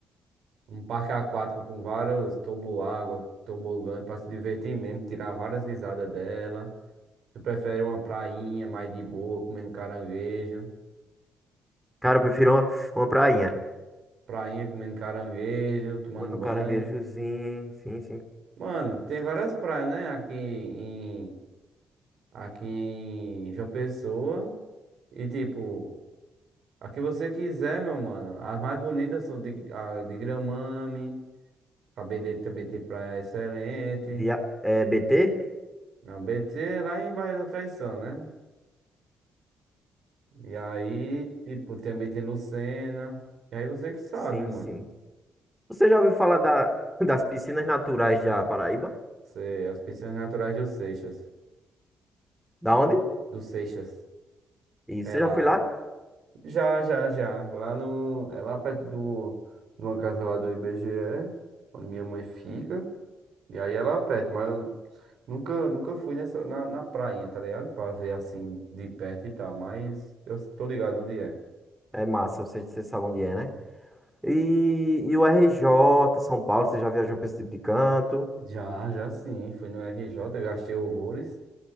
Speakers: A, on the right; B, in the centre.
A: um parque aquático com vários toboágua, tobogãs pra se divertir mesmo, tirar várias risadas dela. Tu prefere uma prainha mais de boa, comendo caranguejo?
B: Cara, eu prefiro uma, uma prainha.
A: Prainha comendo caranguejo, tomando
B: Mano,
A: banho.
B: um caranguejozinho, sim, sim.
A: Mano, tem várias praias, né? Aqui em, aqui em João Pessoa. E tipo, a que você quiser, meu mano. As mais bonitas são de, a de Gramame. A BD também tem praia excelente.
B: Via... É, BT?
A: A BT é lá em Barra da Traição, né? E aí, tipo, também tem Lucena. E aí você que sabe,
B: Sim,
A: mano.
B: sim. Você já ouviu falar da, <laughs> das piscinas naturais da Paraíba?
A: Você, as piscinas naturais do Seixas.
B: Da onde?
A: Do Seixas.
B: E
A: É
B: você
A: lá.
B: já foi lá?
A: Já, já, já. Lá no, é lá perto do, de uma casa lá do IBGE, onde minha mãe fica. E aí é lá perto, mas eu nunca, nunca fui nessa, na, na prainha, tá ligado? Pra ver assim de perto e tal, mas eu tô ligado onde é.
B: É massa, você, você sabe onde é, né? E, e o RJ, São Paulo, você já viajou pra esse tipo de canto?
A: Já, já sim, fui no RJ, eu gastei horrores